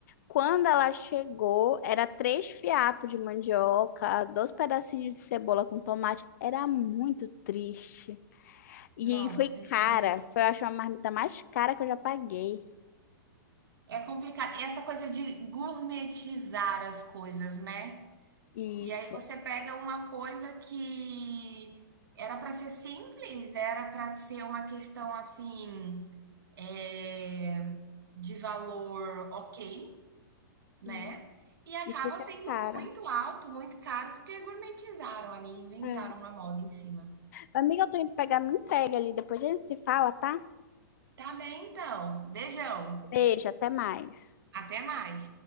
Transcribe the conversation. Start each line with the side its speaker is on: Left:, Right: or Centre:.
Left: Quando ela chegou, era três fiapos de mandioca, dois pedacinhos de cebola com tomate. Era muito triste. E
Right: Nossa,
Left: foi
Right: gente.
Left: cara. Foi, eu acho, a marmita mais cara que eu já paguei.
Right: É complicado. Essa coisa de gourmetizar as coisas, né?
Left: Isso.
Right: E aí você pega uma coisa que era para ser simples, era para ser uma questão assim é, de valor ok, né?
Left: Uhum.
Right: E acaba
Left: E fica
Right: sendo
Left: cara.
Right: muito alto, muito caro, porque gourmetizaram ali, inventaram
Left: É.
Right: uma moda em cima.
Left: Amiga, eu tô indo pegar minha entrega ali. Depois a gente se fala, tá?
Right: Tá bem, então. Beijão.
Left: Beijo, até mais.
Right: Até mais.